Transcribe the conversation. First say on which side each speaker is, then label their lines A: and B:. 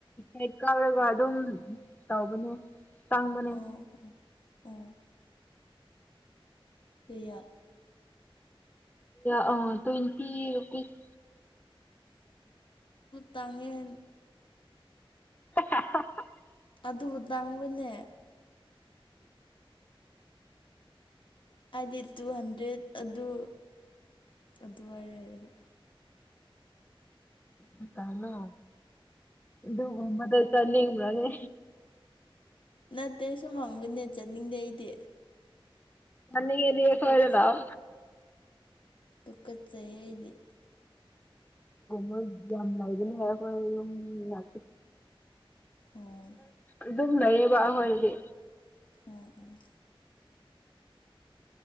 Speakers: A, on the left; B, on the left.
A: ꯍꯦꯛ ꯀꯥꯎꯔꯒ ꯑꯗꯨꯝ ꯇꯧꯕꯅꯦ ꯇꯪꯕꯅꯦ
B: ꯑꯣ ꯑꯣ ꯀꯌꯥ
A: ꯑ ꯇ꯭ꯋꯦꯟꯇꯤ ꯔꯨꯄꯤꯔ
B: ꯇꯥꯡꯉꯟ
A: <inaudible>
B: ꯑꯗꯨꯕꯨ ꯇꯪꯕꯅꯦ ꯍꯥꯏꯗꯤ ꯇꯨ ꯍꯟꯗ꯭ꯔꯦꯠ ꯑꯗꯨ ꯑꯗꯨꯋꯥꯏꯔ ꯍꯥꯏꯔꯒ
A: ꯑ ꯇꯩꯅꯣ ꯑꯗꯨꯃꯗ ꯆꯅꯤꯡꯒꯅꯦ
B: ꯅꯠꯇꯦ ꯁꯨꯍꯥꯡꯕꯅꯦꯠ ꯆꯠꯅꯤꯡꯗꯦ ꯑꯩꯗꯤ
A: ꯌꯥꯝꯅꯤꯒꯦꯗꯤ ꯑꯦꯕꯔꯦ
B: ꯇꯨꯀꯠ
A: ꯂꯑꯣ
B: ꯇꯗꯨ ꯀꯠ ꯆꯍꯦꯗꯤ
A: ꯨꯣꯏ ꯌꯥꯝ ꯅ ꯏꯗꯨ ꯌꯥꯣꯏꯝ ꯂ
B: ꯑꯣ
A: ꯑꯗꯨꯝ ꯂꯩꯌꯦꯕ ꯑꯩꯈꯣꯏꯔꯗꯤ
B: ꯑꯣ ꯑꯣ